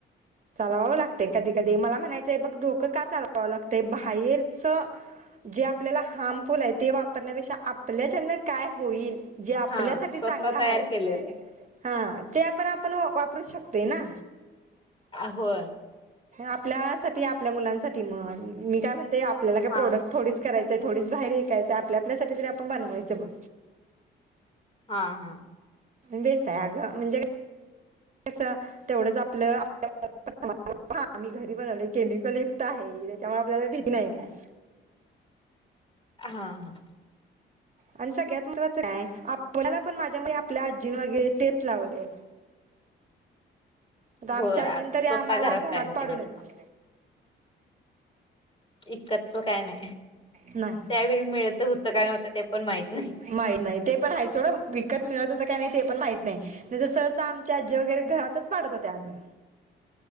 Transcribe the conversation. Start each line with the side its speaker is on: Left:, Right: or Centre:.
Right: चालवावं लागत कधी कधी मला म्हणायचंय बघ धोकं का चालवावं लागतय बाहेरच जे आपल्याला हार्मफुल आहे ते वापरण्यापेक्षा आपल्या ज्यांना काय होईल जे आपल्यासाठी
Left: हा स्वतः
Right: चांगलं आहे.
Left: तयार केलेलं.
Right: हा ते आपण आपण वापरू शकतोय ना
Left: होय
Right: आपल्या साठी आपल्या मुलांसाठी म्हण मी काय म्हणते आपल्याला काय
Left: हा
Right: प्रोडक्ट थोडीच करायच हाय थोडीच बाहेर विककायचं हाय आपल्या आपल्या साठी तरी आपण बनवायचं बघ.
Left: हा हा.
Right: बेस्ट आहे अगं म्हणजे कसं तेवढच आपलं <inaudible> हा आम्ही घरी बनवले केमिकल युक्त आहे त्याच्यामुळे आपल्याला भीती नाही काय.
Left: हा हा.
Right: आणि सगळ्यात महत्त्वाचं काय आपल्याला पण माझ्यामुळे आपल्या आजी वगैरे तेच लावलय आता आमच्या
Left: होय आ
Right: आजीन तरी
Left: स्वतः
Right: आम्हाला घरात
Left: तयार
Right: पाडूनच
Left: केलेलं इकतच काय नाही
Right: नाही
Left: त्यावेळी मिळत तर होतं काय नव्हतं ते पण माहित नाही.
Right: माहीत नाही ते पण आहे थोडं विकत मिळत होतं का नव्हत ते पण माहीत नाही. नाही तर सहसा आमची आजी वगैरे घरातच पाडत होत्या आगं.